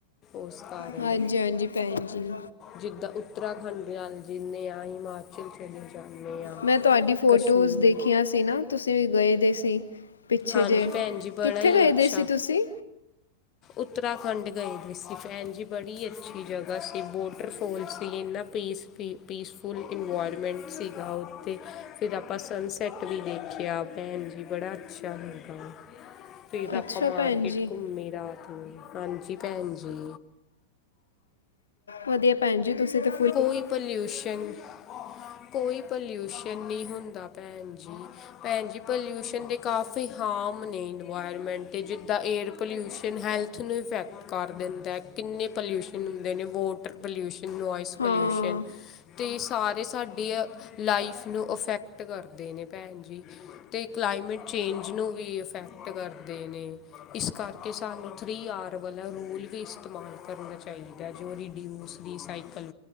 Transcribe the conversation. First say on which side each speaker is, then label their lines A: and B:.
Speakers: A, on the left (about 30°); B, on the left (about 70°).
A: ਉਸ ਕਾਰਨ।
B: ਹਾਂਜੀ ਹਾਂਜੀ ਭੈਣ ਜੀ
A: ਜਿੱਦਾਂ, ਉੱਤਰਾਖੰਡਆਲੇ ਜਿੰਨੇ ਆ ਹਿਮਾਚ ਚਲੇ ਜਾਣੇ ਆਂ,
B: ਮੈਂ ਤੁਹਾਡੀ ਫੋਟੋਜ਼
A: ਕਸ਼ਮੀਰ
B: ਦੇਖੀਆਂ ਸੀ ਨਾ ਤੁਸੀਂ ਵੀ ਗਏ ਦੇ ਸੀ, ਪਿੱਛੇ
A: ਹਾਂਜੀ
B: ਜਿਹੇ
A: ਭੈਣ ਜੀ ਬੜਾ
B: ਕਿੱਥੇ
A: ਹੀ
B: ਗਏ
A: ਅੱਛਾ
B: ਦੇ ਸੀ ਤੁਸੀਂ?
A: ਉੱਤਰਾਖੰਡ ਗਏ ਦੇ ਸੀ, ਭੈਣ ਜੀ। ਬੜੀ ਅੱਛੀ ਜਗ੍ਹਾ ਸੀ, ਵੋਟਰਫੋਲ ਸੀ, ਇੰਨਾ ਪੀਸ ਪੀ, ਪੀਸ ਫੁੱਲ ਇਨਵਾਇਰਮੈਂਟ ਸੀਗਾ ਉੱਥੇ, ਫਿਰ ਆਪਾਂ ਸਨਸੈੱਟ ਵੀ ਦੇਖਿਆ, ਭੈਣ ਜੀ, ਬੜਾ ਅੱ <unintelligible> ਫਿਰ ਆਪਾਂ
B: ਅੱਛਾ
A: ਮਾਰਕੀਟ
B: ਭੈਣ ਜੀ
A: ਘੁੰਮੀ ਰਾਤ ਹਾਂਜੀ, ਭੈਣ ਜੀ।
B: ਵਧੀਆ ਭੈਣ ਜੀ ਤੁਸੀਂ ਤੇ
A: ਕੋਈ ਪੋਲਿਊਸ਼ਨ ਕੋਈ ਪਲਿਊਸ਼ਨ ਨੀ ਹੁੰਦਾ ਭੈਣ ਜੀ, ਭੈਣ ਜੀ। ਪੋਲਿਊਸ਼ਨ ਦੇ ਕਾਫੀ ਹਾਰਮ ਨੇ ਇਨਵਾਇਰਮੈਂਟ ਤੇ ਜਿੱਦਾਂ ਏਅਰ ਪੋਲਿਊਸ਼ਨ ਹੈਲ ਹੈਲਥ ਨੂੰ ਇਫੈਕਟ ਕਰ ਦਿੰਦਾ ਕਿੰਨੇ ਪੋਲਿਊਸ਼ਨ ਹੁੰਦੇ ਨੇ ਵੋਟਰ ਪੋਲਿਊਸ਼ਨ, ਨੋਇਸ
B: ਹਾਂ
A: ਪੋਲਿਊਸ਼ਨ ਤੇ ਸਾਰੇ ਸਾਡੀ ਅ ਲਾਈਫ ਨੂੰ ਅਫੈਕਟ ਕਰਦੇ ਨੇ। ਭੈਣ ਜੀ। ਤੇ ਕਲਾਈਮੇਟ ਚੇਂਜ ਨੂੰ ਵੀ ਇਫੈਕਟ ਕਰਦੇ ਨੇ ਇਸ ਕਰਕੇ ਸਾਨੂੰ ਥ੍ਰੀ ਆਰ ਵਾਲਾ ਰੁਲ ਵੀ ਇਸਤੇਮਾਲ ਕਰਨਾ ਚਾਹੀਦਾ ਜੋ ਰੀਡੀਓਸ ਦੀ ਸਾਈਕਲ